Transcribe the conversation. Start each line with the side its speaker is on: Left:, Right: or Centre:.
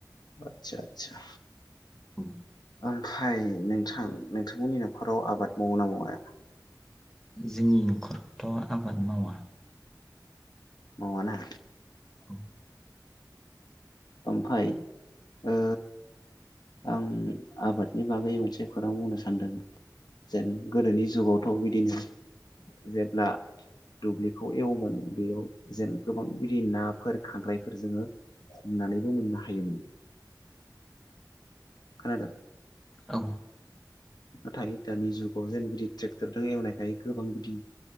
Left: आतसा आतसा।
Centre: औ।
Left: ओमफाय नोंथां नोंथांमोननि नखराव आबाद मावो ना मावा?
Centre: जोंनि नखरथ आबाद मावा।
Left: मावा ना?
Centre: औ।
Left: ओमफाय ओ आं आबादनि बागै मोनसे खौरां बुंनो सानदों जेन गोदोनि जुगावथ बिदिनो जेब्ला दुब्लिखौ एवोमोन बेयाव जेन गोबां बिदि नाफोर खांख्रायफोर जोङो हमनानैबो मोननो हायोमोन। खानादो?
Centre: औ।
Left: नाथाय दानि जुगाव जेन बिदि ट्रेक्टरजों एवनायखाय गोबां बिदि